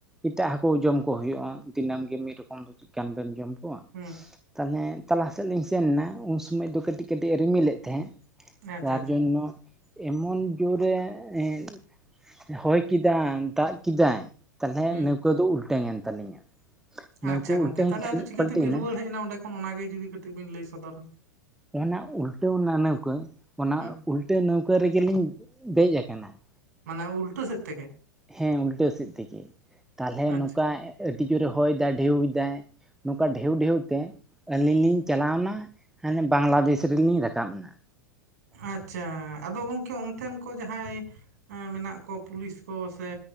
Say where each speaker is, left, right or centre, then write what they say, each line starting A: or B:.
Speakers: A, in the centre; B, on the right.
A: ᱮᱴᱟᱜ ᱦᱟᱹᱠᱳ ᱡᱚᱢ ᱠᱚ ᱦᱳᱭᱳᱜᱼᱟ᱾ ᱫᱤᱱᱟᱹᱢ ᱜᱮ ᱢᱤᱫ ᱨᱚᱠᱚᱢ ᱪᱮᱫᱠᱟᱱ ᱵᱮᱱ ᱡᱚᱢ ᱠᱚᱣᱟ?
B: ᱦᱩᱸ
A: ᱛᱟᱦᱞᱮ ᱛᱟᱞᱟ ᱥᱮᱫ ᱞᱤᱧ ᱥᱮᱱ ᱮᱱᱟ ᱩᱱ ᱥᱚᱢᱚᱭ ᱫᱚ ᱠᱟᱹᱴᱤᱡ ᱠᱟᱹᱴᱤᱡ ᱨᱤᱢᱤᱞᱮᱫ ᱛᱟᱦᱮᱸᱫ ᱾
B: ᱟᱪᱪᱷᱟ
A: ᱡᱟᱨ
B: ᱟᱪᱪᱷᱟ
A: ᱡᱟᱱᱱᱭᱚ ᱮᱢᱚᱱ ᱡᱳᱨᱮ ᱮᱸ ᱦᱚᱭ ᱠᱮᱫᱟ ᱫᱟᱜ ᱠᱮᱫᱟᱭ ᱛᱟᱦᱚᱞᱮ
B: ᱦᱩᱸ
A: ᱱᱟᱹᱣᱠᱟᱹ ᱫᱚ ᱩᱞᱴᱟᱹᱝ ᱮᱱ ᱛᱟᱹᱞᱤᱧᱟ᱾ ᱱᱟᱹᱣᱠᱟᱹ
B: ᱟᱪᱪᱷᱟ ᱜᱚᱝᱠᱮ
A: ᱩᱞᱴᱟᱹᱣᱮᱱ
B: ᱛᱟᱦᱞ
A: ᱠᱷᱟᱱ
B: ᱟᱫᱚ ᱪᱤᱠᱟᱹ
A: ᱯᱟᱞᱴᱤᱭᱮᱱᱟ
B: ᱛᱮᱵᱤᱱ ᱨᱩᱣᱟᱹᱲ ᱦᱮᱡ ᱮᱱᱟ ᱚᱰᱸᱮ ᱠᱷᱚᱱ ᱚᱱᱟ ᱜᱮ ᱡᱩᱫᱤ ᱠᱟᱹᱴᱤᱡ ᱵᱤᱱ ᱞᱟᱹᱭ ᱥᱚᱫᱚᱨ
A: ᱚᱱᱟ ᱩᱞᱴᱟᱹᱣ ᱚᱱᱟ ᱱᱟᱹᱣᱠᱟᱹ ᱚᱱᱟ
B: ᱦᱩᱸ
A: ᱩᱞᱴᱟᱹᱣ ᱱᱟᱹᱣᱠᱟᱹ ᱨᱮᱜᱮᱞᱤᱧ ᱫᱮᱡ ᱠᱟᱱᱟ ᱾
B: ᱢᱟᱱᱮ ᱩᱞᱴᱟᱹ ᱥᱮᱫ ᱛᱮᱜᱮ?
A: ᱦᱮᱸ ᱩᱞᱴᱟᱹ ᱥᱮᱫ ᱛᱮᱜᱮ, ᱛᱟᱦᱚᱞᱮ
B: ᱟᱪᱪᱷᱟ
A: ᱱᱚᱝᱠᱟ ᱟᱹᱰᱤ ᱡᱳᱨᱮ ᱦᱚᱭᱫᱟᱭ ᱰᱷᱮᱣᱫᱟᱭ, ᱱᱚᱝᱠᱟ ᱰᱷᱮᱣ ᱰᱷᱮᱣ ᱛᱮ ᱟᱹᱞᱤᱧ ᱞᱤᱧ ᱪᱟᱞᱟᱣᱱᱟ ᱦᱟᱸᱱᱮ ᱵᱟᱝᱞᱟᱫᱮᱥ ᱨᱮᱞᱤᱧ ᱨᱟᱠᱟᱵ ᱱᱟ ᱾
B: ᱟᱪᱪᱷᱟ, ᱟᱫᱚ ᱜᱚᱢᱠᱮ ᱚᱱᱛᱮᱱ ᱠᱚ ᱡᱟᱦᱟᱸᱭ ᱢᱮᱱᱟᱜ ᱠᱚ ᱯᱩᱞᱤᱥ ᱠᱚ ᱥᱮ